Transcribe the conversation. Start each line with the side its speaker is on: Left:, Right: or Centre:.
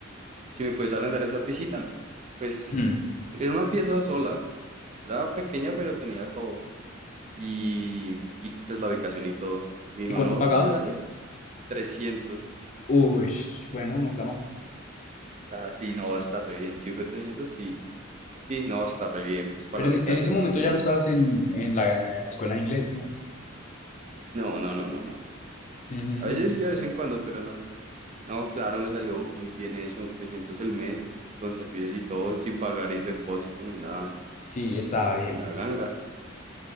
Right: si me puedes arrendar esa piecita. Pues
Left: Hmm.
Right: era una pieza sola. Era pequeña, pero tenía todo. Y, y pues la ubicación y todo. Y me dijo,
Left: ¿Y cuánto
Right: no,
Left: pagabas?
Right: sí, dale. trescientos
Left: Uy, bueno, no está mal.
Right: Está, sí, no, está re bien. Si fue trescientos sí. Sí, no, está re bien, pues para
Left: Pero
Right: la ubicación,
Left: en, en ese momento
Right: bro. Y...
Left: ya no estabas en, en la escuela de inglés, ¿no?
Right: No, no, no, no, no.
Left: Ujú.
Right: A veces sí, a vez en cuando, pero no. No, claro, me salió muy bien eso, 300 el mes, con servicios y todo, sin pagar el depósito ni nada.
Left: Sí, estaba
Right: Eso
Left: bien.
Right: fue una ganga.